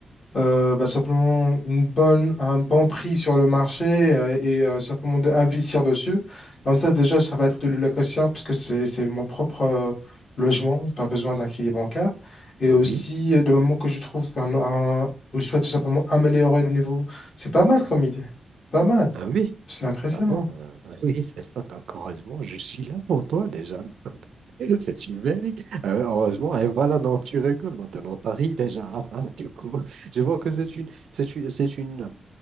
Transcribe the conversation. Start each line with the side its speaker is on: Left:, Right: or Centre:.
Left: euh, bah, simplement une bonne, un bon prix sur le marché euh, et euh, simplement d'investir dessus. Comme ça, déjà, ça va être de l'allocation puisque c'est, c'est mon propre euh, logement, pas besoin d'un crédit bancaire. Et
Right: Oui,
Left: aussi, euh, le moment que je trouve un, un- ou je souhaite tout simplement améliorer le niveau, c'est pas mal comme idée. Pas mal.
Right: ah oui,
Left: C'est impressionnant,
Right: ah bon, euh, ah oui, <laughs> c'est ça. Donc, heureusement, je suis là pour toi déjà. Donc, <laughs> C'est une belle. idée. Euh, heureusement, et voilà, donc tu rigoles maintenant, t'as ri déjà. Enfin, <laughs> du coup, je vois que c'est une, c'est une, c'est une